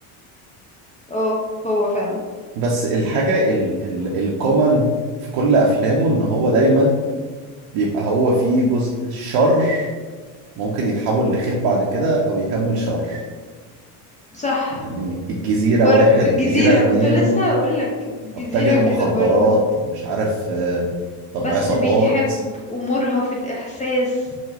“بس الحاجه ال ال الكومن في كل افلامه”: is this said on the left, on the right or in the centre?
Right